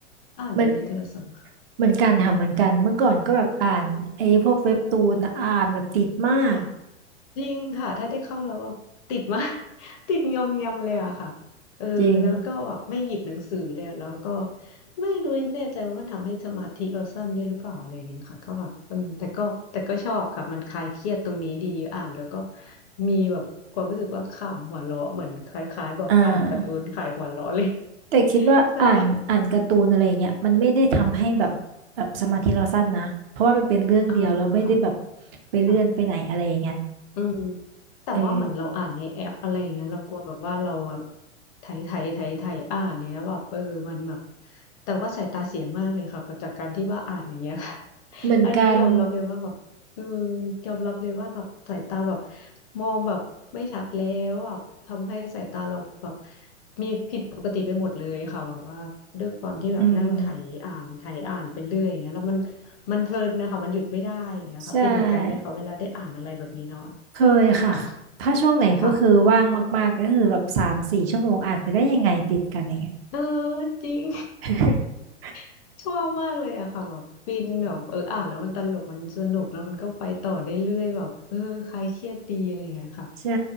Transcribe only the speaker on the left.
อ่านแต่ในโทรศัพท์ค่ะ
อืมค่ะ จริงค่ะถ้าได้เข้าแล้วแบบติดมาก <laughs> ติดงอมแงมเลยอะค่ะเออแล้วก็แบบไม่หยิบหนังสือเลยอะแล้วก็
ไม่รู้แน่ใจว่ามันทำให้สมาธิเราสั้นด้วยหรือเปล่าอะไรอย่างเงี้ยค่ะก็แบบเออแต่ก็แต่ก็ชอบค่ะมันคลายเครียดตรงนี้ดีอ่านแล้วก็มีแบบความรู้สึกว่าขำหัวเราะเหมือนคล้ายๆแบบอ่านการ์ตูนขายหัวเราะเลย
<laughs> ใช่ค่ะอ่าค่ะ
ค่ะ อืมแต่ว่าเหมือนเราอ่านในแอปอะไรอย่างเงี้ยเรากลัวแบบว่าเราแบบ
ไถไถไถไถอ่านอย่างเงี้ยแบบเออมันแบบแต่ว่าสายตาเสียมากเลยค่ะจากการที่ว่าอ่านอย่างเงี้ย <laughs>
อันนี้ยอมรับเลยว่าแบบเออยอมรับเลยว่าแบบสายตาแบบมองแบบไม่ชัดแล้วแบบทำให้สายตาเราแบบมีผิดปกติไปหมดเลยค่ะแบบว่าด้วยความที่แบบนั่งไถอ่านไถอ่านไปเรื่อยอย่างเงี้ยแล้วมัน
มันเพลินนะคะมันหยุดไม่ได้อย่างเงี้ยค่ะเป็นเหมือนกันไหมคะเวลาได้อ่านอะไรแบบนี้เนาะ
ค่ะค่ะเออจริง
<laughs> ชอบมากเลยอะค่ะแบบฟินแบบเอออ่านแล้วมันตลกมันสนุกแล้วมันก็ไปต่อได้เรื่อยแบบเออคลายเครียดดีอะไรเงี้ยค่ะ